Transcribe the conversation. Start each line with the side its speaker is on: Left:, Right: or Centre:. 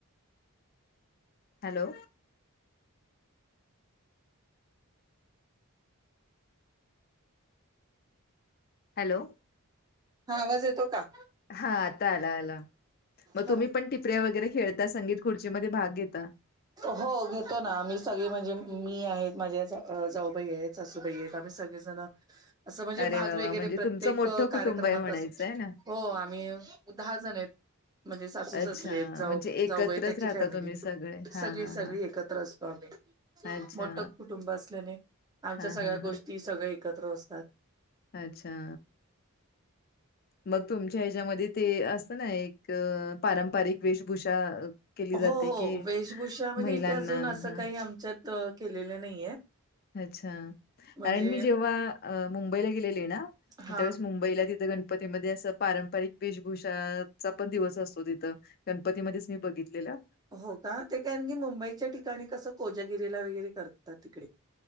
Left: hello. हॅलो
Right: हा आवाज येतो का.
Left: हा आता आला आला मग
Right: हॅलो
Left: तुम्ही पण टिपऱ्या वगैरे खेळता संगीत खुर्चीमध्ये भाग घेता.
Right: हो घेतो ना मी सगळी म्हणजे मी आहेत माझ्या जाऊबाई आहेत. सासूबाई आहेत आम्ही सगळेजण.
Left: <inaudible>
Right: असं म्हणजे
Left: अरे
Right: भाग
Left: वा
Right: वगैरे
Left: वा म्हणजे
Right: प्रत्येक
Left: तुमचं मोठं कुटुंब
Right: कार्यक्रमात
Left: आहे म्हणायचं
Right: असो
Left: आहे ना.
Right: हो आम्ही दहा जण आहेत. म्हणजे सासू ससर
Left: अच्छा
Right: जा
Left: म्हणजे एकत्रच
Right: त्यांची
Left: राहता
Right: फॅमिली
Left: तुम्ही सगळे
Right: सगळी
Left: हा हा
Right: सगळी
Left: हा.
Right: एकत. असतो आम्ही
Left: अच्छा
Right: मोठ कुटुंब असल्याने. आमच्या
Left: हा
Right: सगळ्या
Left: हा
Right: गोष्टी
Left: हा
Right: सगळ्या एकत्र असतात.
Left: अच्छा! मग तुमच्या ह्याच्यामध्ये ते असतं ना एक पारंपरिक वेशभूषा. केली जाते
Right: हो हो
Left: की
Right: वेशभूषा म्हणजे
Left: महिलांना
Right: इथे अजून असं
Left: हा
Right: काही आमच्यात केलेलं नाहीये
Left: अच्छा
Right: म्हणजे
Left: कारण मी जेव्हा अ मुंबईला गेलेली आहे ना. त्यावेळेस
Right: हा
Left: मुंबईला तिथं गण. गणपतीमध्येध्ये असं पारंपरिक वेशभूषाचा पण दिवस असतो तिथं. गणपतीमध्येध्येच मी बघितलेला.
Right: हो का ते कारण की मुंबईच्या ठिकाणी कसं कोजागिरीला वगैरे करतात तिकडे.